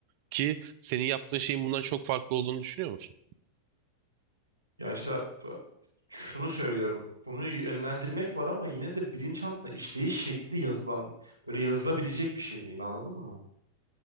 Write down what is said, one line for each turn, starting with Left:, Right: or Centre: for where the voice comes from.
Right: Ki senin yaptığın şeyin bundan çok farklı olduğunu düşünüyor musun?
Left: Ya işte şunu söylüyorum. Bunu yönlendirmek var ama yine de bilinçaltına işleyiş şekli yazılan, böyle yazılabilecek bir şey değil anladın mı?